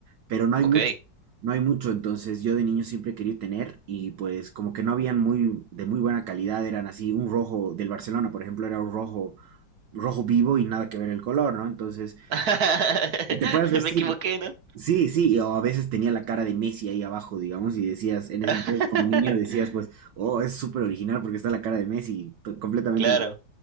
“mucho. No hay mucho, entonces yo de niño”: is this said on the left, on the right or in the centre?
Right